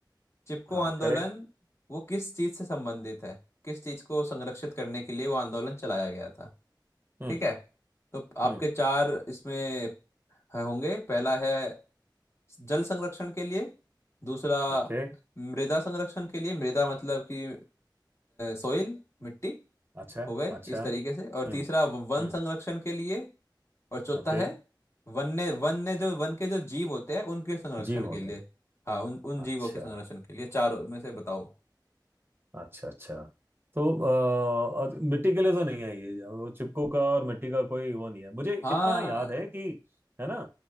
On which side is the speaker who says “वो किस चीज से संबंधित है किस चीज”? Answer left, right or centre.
Left